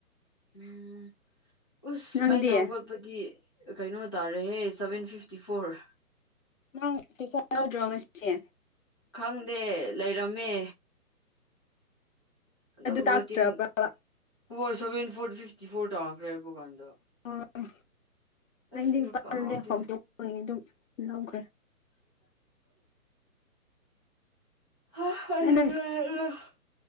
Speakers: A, on the left; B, on the left.
A: ꯎꯝ ꯎꯁ
B: ꯅꯪꯗꯤ
A: ꯑꯩꯅ ꯍꯧꯒꯠꯄꯗꯤ ꯀꯩꯅꯣ ꯇꯥꯔꯦꯍꯦ ꯁꯕꯦꯟ ꯐꯤꯐꯇꯤ ꯐꯣꯔ
B: ꯅꯪ ꯇꯨꯏꯁꯟ ꯇꯧꯗ꯭ꯔꯣ ꯉꯁꯤ
A: ꯈꯪꯗꯦ ꯂꯩꯔꯝꯃꯦ ꯑꯗꯨꯝ
B: ꯑꯗꯨ ꯇꯥꯛꯇ꯭ꯔꯕ꯭ꯔꯕ
A: ꯔꯣꯇꯤꯟ call seven four fifty four ꯇꯥꯈ꯭ꯔꯦ <unintelligible>
B: ꯑꯣ
A: ꯑꯁ
B: ꯑꯩꯗꯤ
A: ꯁꯤꯒ
B: ꯄꯜꯗꯦ
A: ꯀꯥꯎꯍꯧꯗꯦ
B: ꯍꯧꯗꯣꯛꯄꯒꯤ ꯑꯗꯨꯝ ꯂꯧꯈ꯭ꯔꯦ
A: <inaudible> <unintelligible>
B: ꯅꯪ